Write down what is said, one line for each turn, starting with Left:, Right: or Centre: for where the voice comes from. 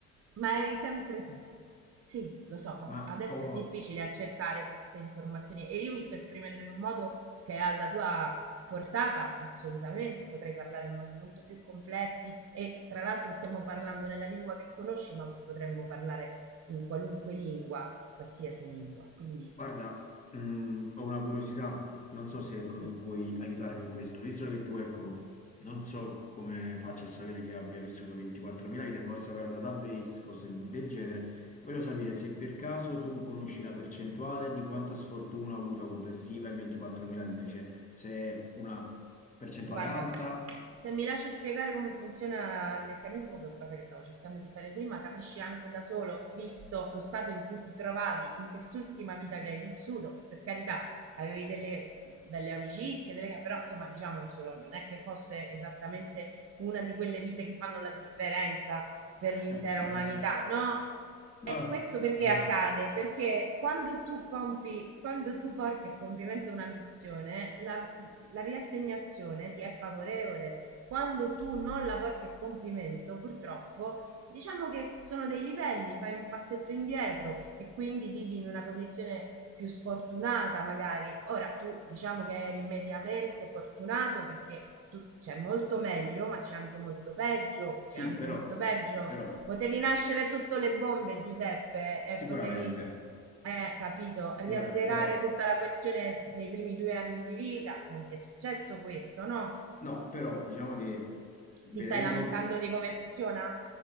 Right: ma eri sempre tu. Sì, lo so, fa-
Left: ma
Right: adesso
Left: ho
Right: è difficile accettare queste informazioni e io mi sto esprimendo in un modo che è alla tua portata, assolutamente, potrei parlare in modi molto più complessi e tra l'altro stiamo parlando nella lingua che conosci, ma potremmo parlare in qualunque lingua, qualsiasi lingua, quindi
Left: Guarda, mh, ho una curiosità, non so se ecco, tu
Right: sì.
Left: puoi aiutarmi in questo, visto che tu ecco, non so come faccia a sapere che abbia vissuto 24.000 vite, forse avrai un database, cose del genere, voglio sapere se per caso tu conosci la percentuale di quanta sfortuna ha avuto complessiva in 24.000 vite, cioè se è una percentuale
Right: Guarda,
Left: alta,
Right: se mi lasci spiegare come funziona il meccanismo, che è cosa che stavo cercando di fare prima, capisci anche da solo, visto lo stato in cui ti trovavi in quest'ultima vita che hai vissuto, per carità, avevi delle, delle amicizie, delle, però insomma diciamocelo, non è che fosse esattamente una di quelle vite che fanno la differenza per l'intera
Left: eh, beh,
Right: umanità, no?
Left: no,
Right: E questo perché
Left: sicura-
Right: accade? Perché quando tu compi, quando tu porti a compimento una missione, la, la riassegnazione ti è favorevole. Quando tu non la porti a compimento, purtroppo, diciamo che sono dei livelli, fai un passetto indietro e quindi vivi in una condizione più sfortunata magari. Ora tu diciamo che eri mediamente fortunato perché tu- c'è molto meglio, ma c'è anche molto peggio,
Left: sì,
Right: c'è anche
Left: però,
Right: molto peggio
Left: però,
Right: Potevi nascere sotto le bombe, Giuseppe, e
Left: sicuramente,
Right: potevi, eh, capito, riazzerare
Left: sicuramente, però.
Right: tutta la questione nei primi due anni di vita. Non ti è successo questo, no?
Left: No, però diciamo che vedendo...
Right: Ti stai lamentando di come funziona?